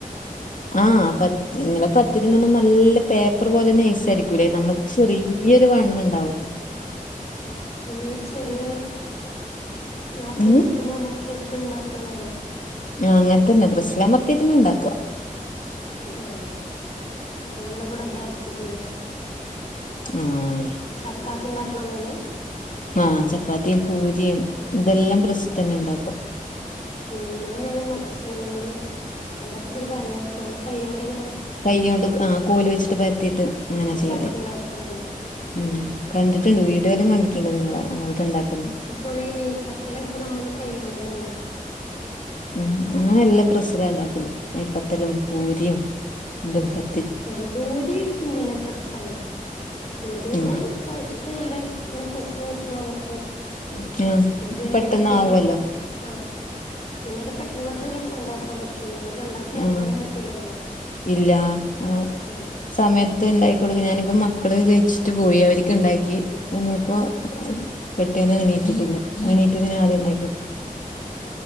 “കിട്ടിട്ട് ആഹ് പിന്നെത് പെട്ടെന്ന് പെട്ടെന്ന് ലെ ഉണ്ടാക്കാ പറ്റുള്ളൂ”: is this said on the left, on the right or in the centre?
Left